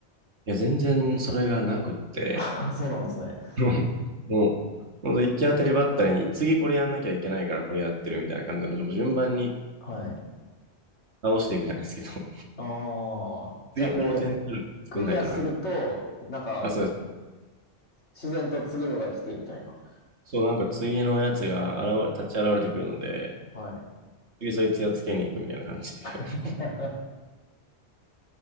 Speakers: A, on the right; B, on the left.
A: や、全然それがなくって、
B: <laughs> あ、そうなんですね。
A: <laughs> うんもう、ほんと行き当たりばったりに、次これやんなきゃいけないからこれやってるみたいな感じなので、もう順番に
B: はい。
A: 倒していくじゃないですけど、<laughs>
B: ああ。
A: 次この点数作んないとな、
B: じゃあこう、クリアすると、
A: みたい
B: なんか、
A: なあ、そうです。
B: 自然と次のが来てみたいな。
A: そう、なんか次のやつが現れ、立ち現れてくるので、
B: はい。
A: 次そいつやっつけに行くみたいな感じで。
B: <laughs>
A: <laughs>